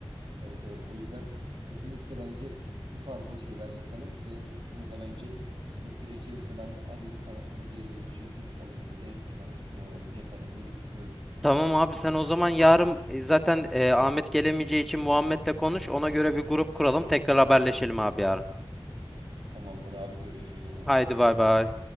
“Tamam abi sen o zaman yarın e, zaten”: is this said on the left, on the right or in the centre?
Centre